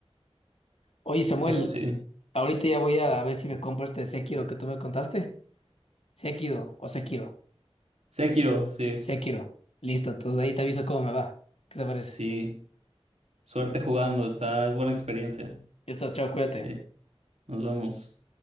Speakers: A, on the left; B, on the right.
A: Oye, Samuel,
B: Pero sí.
A: ahorita ya voy a ver si me compro este Sekiro que tú me contaste. Sekiro o Sekiro.
B: Sekiro, sí,
A: Sekiro. Listo, entonces ahí te aviso cómo me va. ¿Qué te parece?
B: sí. Suerte jugando, está, es buena experiencia.
A: Ya está, chao, cuídate.
B: Eh, Nos vemos.